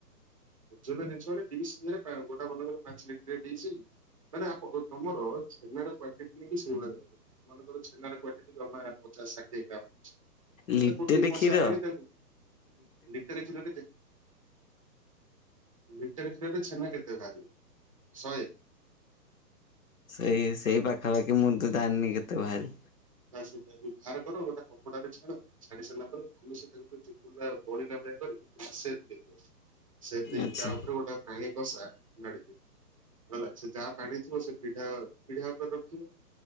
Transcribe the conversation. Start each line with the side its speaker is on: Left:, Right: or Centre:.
Right: ଓଜନିଆ ଜିନିଷ ମାନେ ଡିସ ଧୀଅରେ ପା ଗୋଟା ବଡ୍ ବଡ ପାଞ୍ଚ ଲିଟରିଆ ଡିସ। ମାନେ ଆପ ଓ ତମର ଛେନାର କ୍ୱାଣ୍ଟିଟି ନେଇକି ସେଇଭଳିଆ ଦରକାର। ମନେ କର ଛେନାର କ୍ୱାଣ୍ଟିଟି ଜମା ପଚାଶ ଷାଠିଏ ଗ୍ରାମ ଅଛି।
Left: ଲିଟେରେ
Right: ଏ ଗୋଟିଏ କଂସା
Left: କ୍ଷୀର
Right: ପାଣି ତା ହୁଁ। ଲିଟେରେ କ୍ଷୀର କେତେ? ଲିଟେରେ କ୍ଷୀରରେ ଛେନା କେତେ ବାହାରିବ ଶହେ?
Left: ସେଇ ସେଇ ପାଖାପାଖି ମୁଁ ତ ଜାଣିନି କେତେ ବାହାରି
Right: ତା ସେଟା ବି ବାହାର କର ଗୋଟା କପଡାରେ ଛାଣ। ଛାଣି ସାରିଲା ପରେ ଭଲ ସେ ତାକୁ ଚୂପୁଡ଼ିଲା ପହିଲା ଭଳିଆ କରି <inaudible> ସେପ ଦେଇଦିଅ। ସେପ ଦେଇକି
Left: ଆଚ୍ଛା
Right: ତାଉପରେ ଗୋଟେ ପାଣି। କଂସା ନା ଡିକି ହେଲା ସେ ଯାହା ପାଣି ଥିବ ସେ ପିଢା ପିଢା ଉପରେ ରଖିବ।